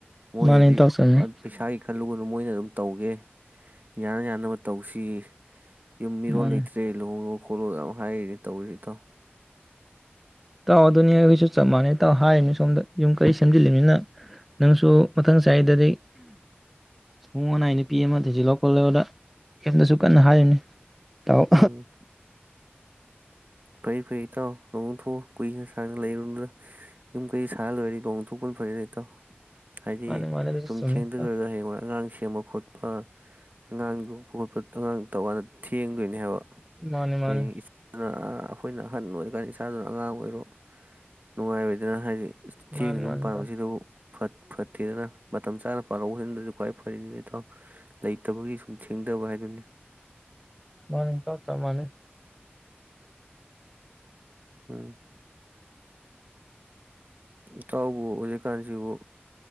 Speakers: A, on the right (about 45°); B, in the centre.
A: ꯃꯣꯏꯅꯗꯤ
B: ꯃꯥꯅꯤ ꯏꯇꯥꯎ ꯆꯨꯝꯃꯤ
A: ꯄꯩꯁꯥꯒꯤ ꯈꯜꯂꯨꯒꯨꯅꯨ ꯃꯣꯏꯅ ꯑꯗꯨꯝ ꯇꯧꯒꯦ ꯌꯥꯅ ꯌꯥꯅꯕ ꯇꯧꯁꯤ ꯌꯨꯝ ꯃꯤꯔꯣꯜ
B: ꯃꯥꯅꯤ
A: ꯂꯩꯇ꯭ꯔꯦ ꯂꯨꯍꯣꯡꯉꯣꯛ ꯄꯣꯠꯂꯣꯗ ꯌꯥꯝ ꯍꯥꯏꯔꯤꯅꯦ ꯇꯧꯔꯤꯁꯤꯇꯥꯎ
B: ꯇꯥꯎ ꯑꯗꯨꯅꯤ ꯑꯩꯈꯣꯏꯁꯨ ꯆꯞ ꯃꯥꯟꯅꯩ ꯇꯥꯎ ꯍꯥꯏꯔꯤꯅꯤ ꯁꯣꯝꯗ ꯌꯨꯝ ꯀꯩ ꯁꯦꯝꯖꯤꯜꯂꯤꯕꯅꯤꯅ ꯅꯪꯁꯨ ꯃꯊꯪ ꯆꯍꯤꯗꯗꯤ ꯊꯣꯡ ꯑꯅꯥꯏ ꯅꯨꯄꯤ ꯑꯃ ꯊꯤꯖꯤꯜꯂ ꯈꯣꯠꯂꯗ ꯀꯩꯝꯇꯁꯨ ꯀꯟꯅ ꯍꯥꯏꯔꯤꯅꯤ ꯇꯥꯎ
A: ꯎꯝ ꯐꯩ ꯐꯩ ꯏꯇꯥꯎ ꯂꯣꯡꯣꯡꯊꯣꯛꯎ ꯀꯨꯏꯅ ꯁꯥꯡꯅ ꯂꯩꯔꯨꯗꯅ ꯌꯨꯝ ꯀꯩ ꯁꯥꯥꯡꯅ ꯂꯣꯏꯔꯗꯤ ꯂꯣꯡꯣꯡꯊꯣꯛꯄꯅ ꯐꯔ ꯂꯩ ꯏꯇꯥꯎ ꯍꯥꯏꯗꯤ
B: ꯃꯥꯅꯤ ꯃꯥꯅꯤ ꯑꯗꯨꯁꯨ
A: ꯁꯨꯝ
B: ꯆꯨꯝꯃꯤ
A: ꯊꯦꯡꯗꯈꯔꯒ
B: ꯏꯇꯥꯎ
A: ꯍꯌꯦꯡꯉꯣꯏ ꯑꯉꯥꯡꯁꯤꯡ ꯁꯦꯝꯕ ꯈꯣꯠꯄ ꯑꯉꯥꯡ ꯌꯣꯛꯄ ꯈꯣꯠꯄ ꯑꯉꯥꯡ ꯇꯧꯀꯥꯟꯗ ꯊꯦꯡꯗꯣꯏꯅꯦ ꯍꯥꯏꯕ
B: ꯃꯥꯅꯦ ꯃꯥꯅꯦ
A: ꯍꯌꯦꯡ ꯏꯆꯥꯗꯨꯅ ꯑꯩꯈꯣꯏꯅ ꯑꯍꯟ ꯑꯣꯏꯔꯀꯥꯟꯗ ꯏꯁꯆꯥꯗꯨꯅ ꯑꯉꯥꯡ ꯑꯣꯏꯔꯣ ꯅꯨꯡꯉꯥꯏꯔꯣꯏꯗꯅ ꯍꯥꯏꯁꯤ ꯆꯦꯡꯅ
B: ꯃꯥꯅꯤ
A: ꯌꯨꯝ
B: ꯃꯥꯅꯤ
A: ꯄꯥꯟꯕꯁꯤ
B: ꯏꯇꯥꯎ
A: ꯑꯗꯨꯕꯨ ꯐꯠ ꯐꯠꯇꯦꯗꯅ ꯃꯇꯝ ꯆꯥꯅ ꯄꯥꯜꯍꯧꯁꯤꯗꯁꯨ ꯈ꯭ꯋꯥꯏ ꯐꯔꯤꯅꯤ ꯏꯇꯥꯎ ꯂꯩꯇꯕꯒꯤ ꯁꯨꯝ ꯊꯦꯡꯗꯕ ꯍꯥꯏꯗꯨꯅꯤ
B: ꯃꯥꯅꯦ ꯆ ꯆ ꯃꯥꯅꯦ
A: ꯎꯝ ꯏꯇꯥꯎꯕꯨ ꯍꯧꯖꯤꯛꯀꯥꯟꯁꯤꯕꯨ